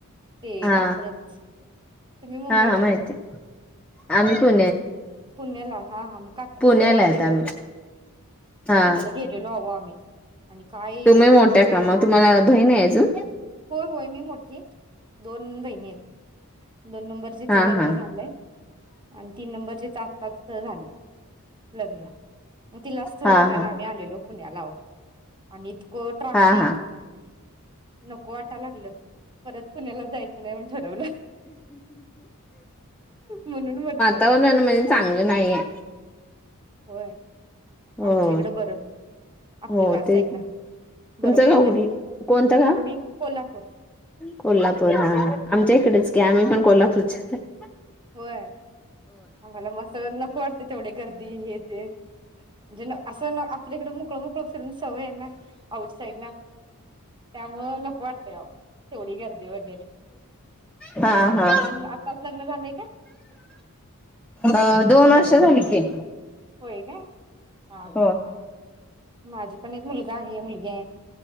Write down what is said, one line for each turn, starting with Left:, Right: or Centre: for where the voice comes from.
Right: ते
Centre: हा
Right: कात्रज. तुम्ही मुंबईचे
Centre: हा हा माहितीये
Right: काय?
Centre: आम्ही पु
Right: पुण्याला हा हा म कात्रजला
Centre: पुण्याला
Right: आलेलो
Centre: आहेत आम्ही हा
Right: तिकडं गेलेलो आहो आम्ही आणि काय
Centre: तुम्ही मोठ्या
Right: नको-नको
Centre: का मग तुम्हाला बहीण आहे अजून
Right: होय-होय मी मो ती दोन बहिणी आहेत. दोन नंबरचीच
Centre: हा
Right: लग्न
Centre: हा
Right: झालंय. तीन नंबरचीचा आत्ताच तर झालंय लग्न मग तिलाच स्थळ
Centre: हा
Right: बघायला
Centre: हा
Right: आम्ही आलेलो पुण्याला अहो आणि इथं इतकं ट्राफिक
Centre: हा हा
Right: नको वाटा लागलं परत पुण्याला जायचं नाही म्हणून ठरवलं म्हणून मग
Centre: तवा नणंद माझी चांगली नाहीये.
Right: होय.
Centre: होय
Right: आमच्या इकडं बरं आपलं
Centre: हो
Right: ह्या साईडला
Centre: ते तुमचं
Right: बरं पडतंय
Centre: गाव कुठलं?
Right: अहो
Centre: कोणतं गाव?
Right: आम्ही कोल्हापूर
Centre: कोल्हापूर हा आमच्या इकडेच
Right: हम्म
Centre: की आम्ही पण कोल्हापूर <inaudible>
Right: होय आम्हाला मग असं नको वाटतंय तेवढी गर्दी हे ते म्हणजे न असं ना आपल्या इकडे मोकळ-मोकळ फिरून सवया आहे ना आउट साईडला त्यामुळ नको वाटतय अहो तेवढी गर्दी वगैरे
Centre: हा
Right: तुमच
Centre: हा
Right: अजून आताच लग्न झालंय का
Centre: अ दोन वर्ष झाली की.
Right: होय काय? हा
Centre: हो
Right: हा हा माझी पण एक मुलगा आहे मुल या